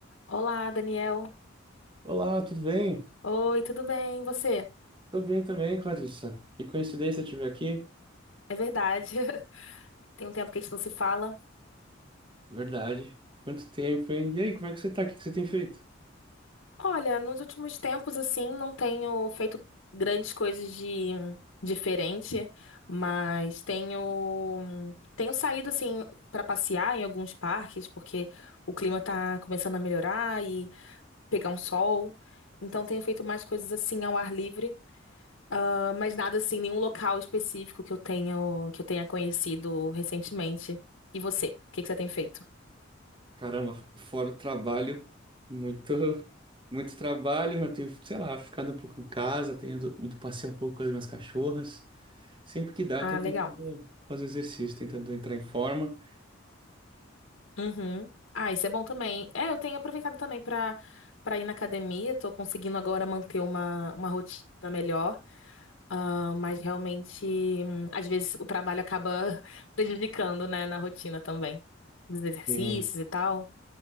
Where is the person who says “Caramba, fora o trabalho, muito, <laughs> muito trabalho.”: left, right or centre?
Right